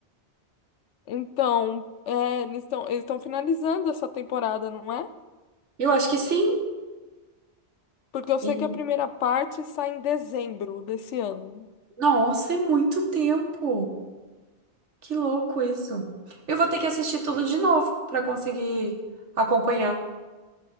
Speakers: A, on the left (about 85°); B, on the right (about 85°).
A: Então, é, eles estão eles estão finalizando essa temporada, não é?
B: Eu acho que sim.
A: Porque eu sei
B: E,
A: que a primeira parte sai em dezembro desse ano.
B: nossa, é muito tempo. Que louco isso. Eu vou ter que assistir tudo de novo pra conseguir acompanhar.